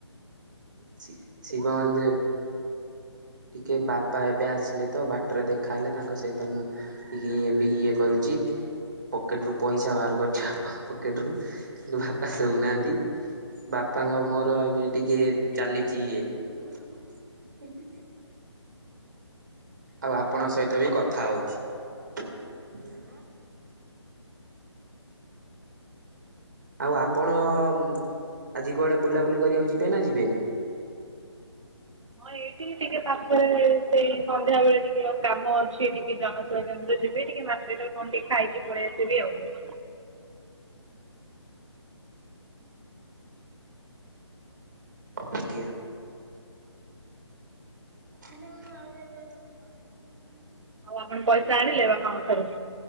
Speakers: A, on the right; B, on the right.
A: ଶି ଶିବ ମନ୍ଦିରେ। ଟିକେ ବାପା ଏବେ ଆସିଲେ ତ ବାଟରେ ଦେଖାହେଲେ ତାଙ୍କ ସହିତ ମୁଁ ଟିକେ ବି ଇଏ କରୁଚି। ପକେଟ ରୁ ପଇସା ବାହାର କରିଛି ବାପାଙ୍କ ପକେଟ ରୁ କିନ୍ତୁ ବାପା ଶୋଉନାହାନ୍ତି। ବାପାଙ୍କ ମୋର ଏବେ ଟିକେ ଚାଲିଛି ଇଏ। <unintelligible> ଆଉ ଆପଣଙ୍କ ସହିତ ବି କଥା ହଉଛି। ଆଉ ଆପଣ ମ ଆଜି କୁଆଡ଼େ ବୁଲାବୁଲି କରିବାକୁ ଯିବେ ନା ଯିବେନି। <inaudible>
B: ସେଇଠି ଟିକେ ପାଖରେ ସେଇ ସନ୍ଧ୍ୟା ବେଳେ ଟିକେ କାମ ଅଛି ଟିକି ଜନସବା କେନ୍ଦ୍ରରେ ଯିବେ ଟିକ୍ କି ମାର୍କେଟରେ କଣ ଟିକେ ଖାଇକି ପଳେଇ ଆସିବି ଆଉ।
A: ଆଛ <unintelligible> ଆଜ୍ଞା। ଏତିକି ନା ଆଉ ରେଜେଲ୍ଟ ରଖିଥାନ୍ତେ?
B: ଆଉ ଆପଣ ପଇସା ଆଣିଲେ ବାପାଙ୍କ ଠାରୁ?